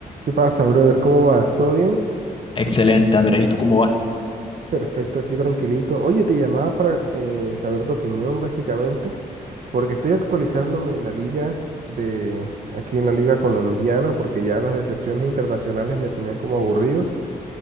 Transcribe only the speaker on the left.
Excelente, Andrés. ¿Y tú cómo vas?